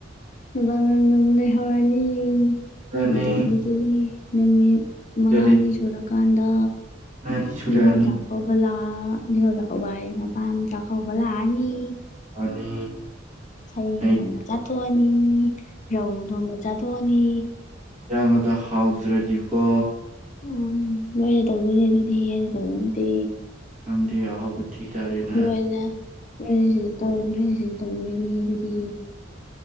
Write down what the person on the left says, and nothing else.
<unintelligible> ꯂꯩꯍꯧꯔꯅꯤ
ꯑꯗꯒꯤꯗꯤ ꯅꯨꯃꯤꯠ ꯃꯉꯥꯅꯤ
ꯁꯨꯔꯀꯥꯟꯗ
ꯅꯤꯉꯣꯟ ꯆꯀꯧꯕ ꯂꯥꯛ ꯅꯤꯉꯣꯟ ꯆꯥꯀꯧꯕꯌꯦ ꯃꯄꯥꯝ ꯆꯥꯀꯧꯕ ꯂꯥꯛꯑꯅꯤ
ꯁꯔꯦꯡ
ꯊꯣꯡꯕ ꯆꯥꯊꯣꯛꯑꯅꯤ ꯔꯧ ꯊꯣꯡꯕ ꯆꯥꯊꯣꯛꯑꯅꯤ
ꯎꯝ ꯅꯣꯏꯅ ꯇꯧꯗꯣꯏꯅꯦ ꯑꯗꯨꯗꯤ ꯑꯩꯅ ꯇꯧꯗꯣꯏ ꯅꯠꯇꯦ
ꯅꯣꯏꯅ ꯅꯣꯏꯅ <unintelligible> ꯇꯧꯗꯣꯏꯅꯤ ꯑꯗꯨꯗꯤ